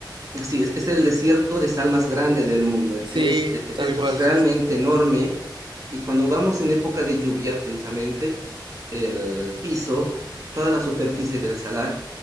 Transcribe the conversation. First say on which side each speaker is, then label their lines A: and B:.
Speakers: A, on the right; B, on the right.
A: Sí, es, es el desierto de sal más grande del mundo.
B: Sí,
A: Es, es- es
B: tal cual,
A: realmente
B: sí, sí.
A: enorme y cuando vamos en época de lluvia, precisamente, el piso, toda la superficie del salar,